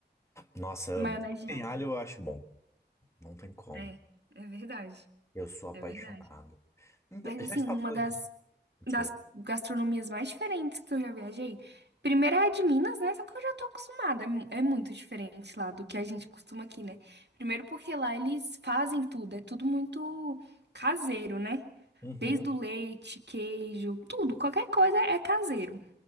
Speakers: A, on the left; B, on the right.
A: Nossa, eu
B: Maionese
A: amo. tudo que tem
B: de alho.
A: alho eu acho bom. Não tem como.
B: É, é verdade.
A: Eu sou apaixonado.
B: É verdade.
A: Então,
B: Mas
A: já
B: assim,
A: que você
B: uma
A: tava falando
B: das,
A: de. Desculpa.
B: das gastronomias mais diferentes que eu já viajei. Primeiro é a de Minas, né? Só que eu já tô acostumada. É, mu- é muito diferente lá do que a gente costuma aqui, né? Primeiro porque lá eles fazem tudo, é tudo muito caseiro, né?
A: Uhum.
B: Desde o leite, queijo, tudo, qualquer coisa é caseiro.